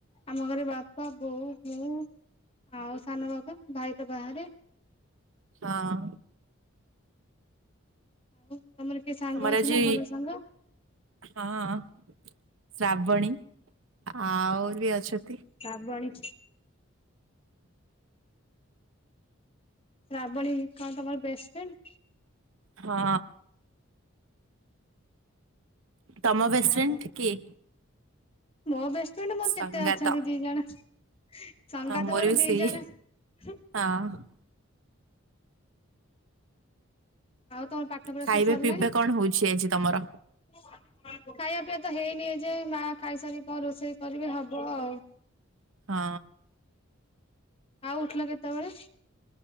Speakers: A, on the left; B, on the right.
A: ଆମ ଘରେ ବାପା ବୋଉ ମୁଁ ଆଉ ସାନ ବାବା ଭାଇ ତ ବାହାରେ।
B: ହଁ।
A: ଆଉ ତମର କିଏ ସାଙ୍ଗ
B: ତମର
A: ଅଛି
B: ଆଜି
A: ନା ଭଲ ସାଙ୍ଗ?
B: ହଁ ଶ୍ରାବଣୀ ଆହୁରି ବି ଅଛନ୍ତୀ
A: ଶ୍ରାବଣୀ ଶ୍ରାବଣୀ କଣ ତମର ବେଷ୍ଟ ଫ୍ରେଣ୍ଡ?
B: ହଁ। ତମ ବେଷ୍ଟଫ୍ରେଣ୍ଡ୍
A: ହଁ ମୋର
B: କିଏ?
A: ମୋ ବେଷ୍ଟଫ୍ରେଣ୍ଡ୍ ମୋର
B: ସଙ୍ଗାତ
A: କେତେ ଅଛନ୍ତି ଦି ଜଣ। ସଙ୍ଗାତ
B: ହଁ
A: ମୋର
B: ବି
A: ଦି
B: ସେଇ
A: ଜଣ ହୁଁ।
B: ହଁ।
A: ଆଉ ତମର ପାଠ ପଢା
B: ଖାଇବା
A: ସବୁ ସରିଲାଣି?
B: ପିଇବା କଣ ହଉଛି ଆଜି ତମର?
A: ଖାଇବା ପିଇବା ତ ହେଇନି ଏଯାଏଁ ମା ଖାଇସାରି ରୋଷେଇ କରିବେ ହବ ଆଉ।
B: ହଁ।
A: ଆଉ ଉଠିଲ କେତେବେଳେ?